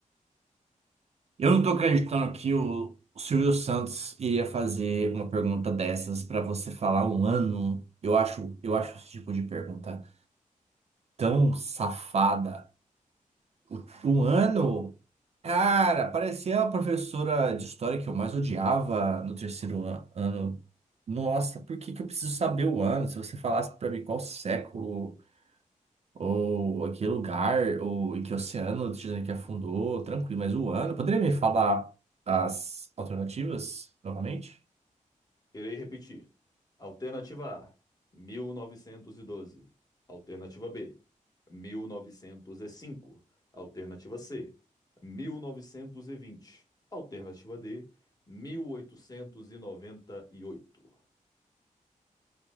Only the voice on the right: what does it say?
Eu não tô acreditando que o o Silvio Santos iria fazer uma pergunta dessas pra você falar um ano. Eu acho, eu acho esse tipo de pergunta tão safada. O- Um ano? Cara, parecia a professora de história que eu mais odiava no terceiro an- ano. Nossa, por que que eu preciso saber o ano? Se você falasse pra mim qual século. Ou em que lugar, ou em que oceano o Titanic afundou, tranquilo. Mas o ano, poderia me falar as alternativas novamente?